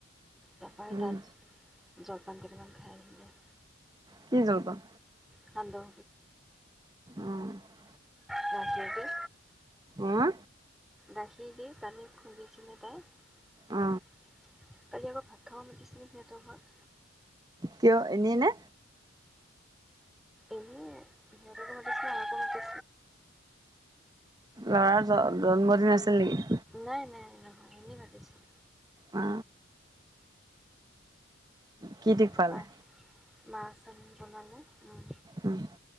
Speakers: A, in the centre; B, on the right.
A: তাপা
B: সি
A: সেই
B: উম
A: তাত জল জলপান কেইটামান খাই আহিলে
B: কি জলপান
A: খালো
B: অ
A: নহকে <unintelligible>
B: অ
A: গাখীৰ দি কানি খুন্দিছিনে তাই
B: অ
A: কালি আকৌ ভাত খাব মাতিছিলে সিহঁতৰ ঘৰত
B: কিয় এনেই নে
A: এনে <unintelligible>
B: ল'ৰাৰ জ জন্মদিন আছিল নেকি
A: নাই নাই নহয় এনেই মাতিছিল
B: অ অ কি দি
A: তাপা
B: খোৱালে
A: মাছ চাউ বনালে, উম
B: উম